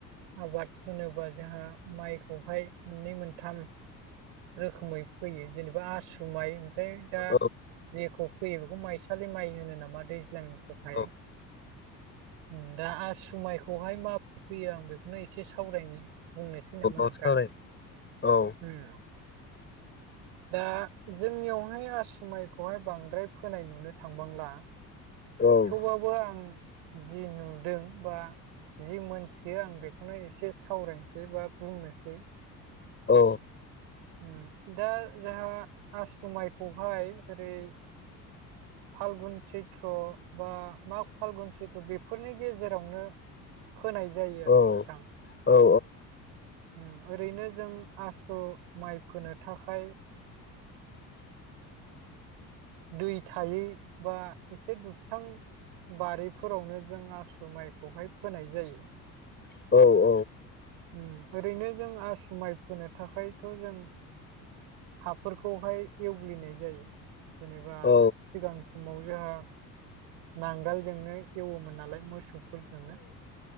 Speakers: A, on the right; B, on the left.
A: आबाद होनोबा जोंहा माइखौहाय मोननै मोनथाम रोखोमै फैयो जेनेबा आसु माइ ओमफ्राय दा
B: औ
A: जेखौ फैयो बेखौ माइसालि माइ होनो नामा दैज्लांनिखौहाय?
B: औ
A: उम दा आसुमाइखौहाय माब फैयो आं बेखौनो एसे सावरायनि। बुंनोसै नामा
B: औ
A: नोंथां?
B: सावराय औ
A: उम। दा जोंनियावहाय आसुमाइखौहाय बांद्राय फोनाय नुनो थांबांला
B: औ।
A: थेवबाबो आं जि नुदों बा जि मोनथियो आं बेखौनो एसे सावरायनोसै बा बुंनोसै।
B: औ।
A: उम दा जाहा आसु माइखौहाय ओरै फालगुन सैथ्र बा माग फालगुन सैथ्र बेफोरनि गेजेरावनो फोनाय जायो
B: औ
A: आरो थां।
B: औ
A: उम ओरैनो जों आसु माइ फोनो थाखाय
B: <inaudible>
A: दै थायै बा एसे दु सां बारिफोरावनो जों आसु माइखौहाय फोनाय जायो‌।
B: औ औ
A: उम ओरैनो जों आसुमाइ फोनो थाखायथ' जों हाफोरखौहाय एवग्लिनाय जायो जेनेबा
B: औ
A: सिगां समाव जोंहा नांगोलजोंनो एवोमोन नालाय मोसौफोरजोंनो।